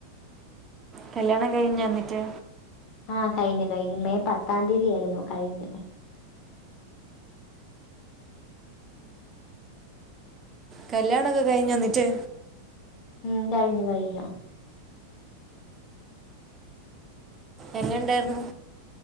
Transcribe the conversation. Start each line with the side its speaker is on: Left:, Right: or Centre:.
Right: കല്യാണം കഴിഞ്ഞ ന്നിറ്റ്
Left: ആഹ് കഴിഞ്ഞു കഴിഞ്ഞു മെയ് പത്താം തീയതി ആയിരുന്നു കഴിഞ്ഞു.
Right: കല്യാണൊക്കെ കഴിഞ്ഞന്നിറ്റ്
Left: മ് കഴിഞ്ഞു കഴിഞ്ഞു
Right: എങ്ങെ ണ്ടായിര്ന്നു